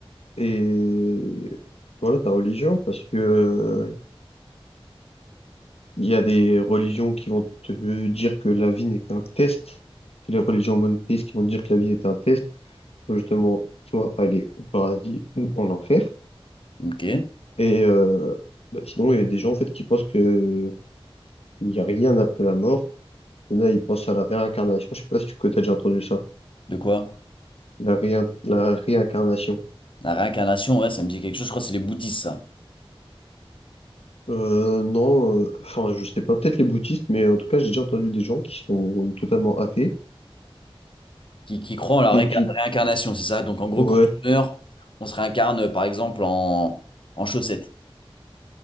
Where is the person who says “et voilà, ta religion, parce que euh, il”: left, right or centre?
Left